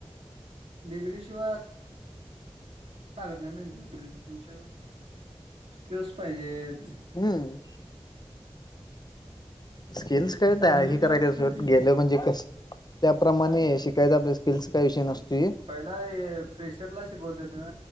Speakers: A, on the right; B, on the left.
A: डग्री सिवाय. सगत नाही नाही तुमच्यावर. स्किल्स पाहिजेत.
B: हम्म. स्किल्स कायत
A: चांगलं
B: हे
A: जॉब
B: करायलाोत
A: साठी
B: गेलं म्हणजे कस. त्याप्रमाणे शिकायच आपल्या स्किल्स काय विषय नसतोय.
A: ला प्रेशर ला शिकवतेत ना